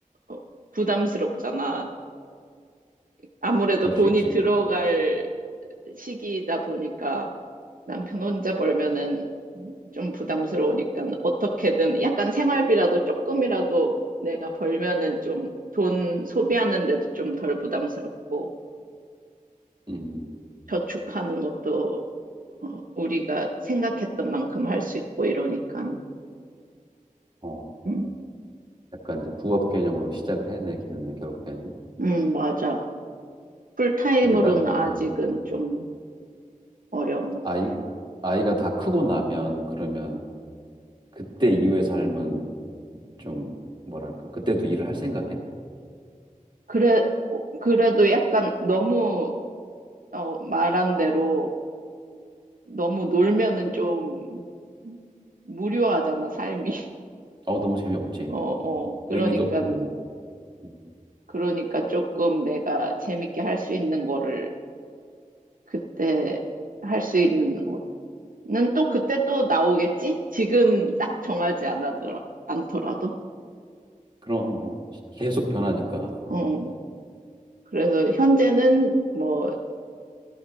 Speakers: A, on the right; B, on the right.
A: 어, 부담스럽잖아. 아무래도
B: 그럴
A: 돈이
B: 수 있지.
A: 들어갈 시기이다 보니까 남편 혼자 벌면은 좀 부담스러우니까 어떻게든 약간 생활비라도 조금이라도 내가 벌면은 좀 돈 소비하는 데도 좀 덜 부담스럽고
B: 음,
A: 저축하는 것도 어, 우리가 생각했던 만큼 할 수 있고 이러니까.
B: 어,
A: 음,
B: 약간 이제 부업 개념으로 시작을 해야 되겠네 결국에는.
A: 음, 맞아. 풀타임으로는
B: 근데 나,
A: 아직은
B: 음,
A: 좀 어려운 거.
B: 아이 아이가 다 크고 나면 그러면 그때 이후의 삶은 좀 뭐랄까 그때도 일을 할 생각이야?
A: 그래, 어, 그래도 약간 너무, 어, 말한 대로 너무 놀면은 좀 무료하잖아, 삶이. <laughs>
B: 어, 너무 재미없지.
A: 어, 어. 그러니까,
B: 의미도 없고. 음,
A: 그러니까 조금 내가 재밌게 할 수 있는 거를 그때 할 수 있는 거는 또 그때 또 나오겠지? 지금 딱 정하지 않아더라, 않더라도.
B: 그럼 뭐 계속 변하니까.
A: 어. 그래서 현재는 뭐,